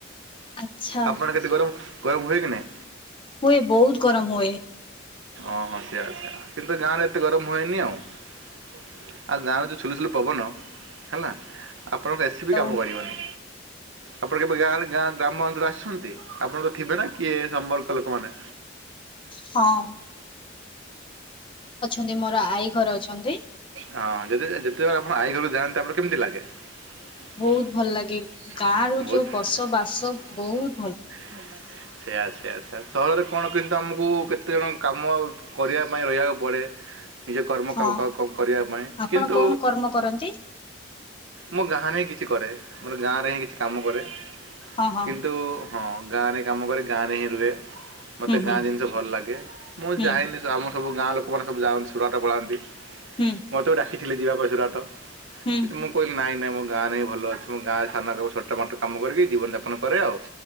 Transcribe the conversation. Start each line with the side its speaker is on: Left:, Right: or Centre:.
Left: ଆଚ୍ଛା
Right: ଆପଣ ଯଦି ଗରମ ହୁଏ କି ନାଇ?
Left: ହୁଏ, ବହୁତ ଗରମ ହୁଏ।
Right: ଓହୋ! ସେଇଆ ସେଇଆ କିନ୍ତୁ ଗାଁରେ ଏତେ ଗରମ ହୁଏନି ଆଉ। ଆଉ ଗାଁରେ ଯେ ଛୁଲୁଛୁଲୁ ପବନ ହେଲା ଆପଣଙ୍କ ଏ ସି ବିି
Left: ଆଉ
Right: କାମ କରିବନି। ଆପଣ କେବେ ଗାଁରେ ଗାଁ ଗ୍ରାମ ଅଞ୍ଚଳ ଆସଛନ୍ତି? ଆପଣ ତ ଥିବେ ନା କିଏ ସମ୍ପର୍କ ଲୋକମାନେ।
Left: ହଁ। ଅଛନ୍ତି, ମୋର ଆଈ ଘର ଅଛନ୍ତି।
Right: ହଁ ଯଦି ଯେ ଯେତେବେଳେ ଆପଣ ଆଈ ଘରକୁ ଯାଆନ୍ତି ଆପଣଙ୍କୁ କେମିତି ଲାଗେ? ବହୁତ୍ ଭଲ
Left: ବହୁତ
Right: ଲାଗେ ବହୁତ୍
Left: ଗାଁ ରୁ
Right: ଗାଁର
Left: ଯୋଉ ବସବାସ
Right: ଚାଷ ବାସ
Left: ବହୁତ
Right: ଭଲ ଲାଗେ। ସେଇଆ ସେଇଆ ସେଇଆ ସହରରେ କଣ କିନ୍ତୁ ଆମକୁ କେତେଜଣ କାମ କରିବା ପାଇଁ ରହିବାକୁ ପଡ଼େ। ନିଜେ କର୍ମ
Left: ହଁ
Right: କ-କ-କ-କରିବା ପାଇଁ
Left: ଆପଣ
Right: କିନ୍ତୁ
Left: କଣ କର୍ମ କରନ୍ତି?
Right: ମୋ ଗାଁରେ ହିଁ କିଛି କରେ ମୋର ଗାଁରେ ହିଁ କିଛି କାମ କରେ,
Left: ହଁ ହଁ
Right: କିନ୍ତୁ ହଁ ଗାଁରେ କାମ କରେ ଗାଁରେ ହିଁ ରୁହେ। ମତେ
Left: ହୁଁ ହୁଁ
Right: ଗାଁ ଜିନଷ ଭଲ ଲାଗେ, ମୁଁ
Left: ହୁଁ
Right: ଯାଏନି ଆମ ସବୁ ଗାଁ ଲୋକମାନେ ସବୁ ଯାଆନ୍ତି ସୁରାଟ ପଳାନ୍ତି।
Left: ହୁଁ
Right: ମତେ ବି ଡାକିଥିଲେ ଯିବା ପାଇଁ ସୁରାଟ
Left: ହୁଁ
Right: କିନ୍ତୁ ମୁଁ କହିଲି ନାଇଁ ନାଇଁ ମୋ ଗାଁ ରେ ହିଁ ଭଲ ଅଛି ମୋ ଗାଁରେ ସାନ ହଉ ଛୋଟ ମୋଟ କାମ କରିବି, ଜୀବନଯାପନ କରେ ଆଉ।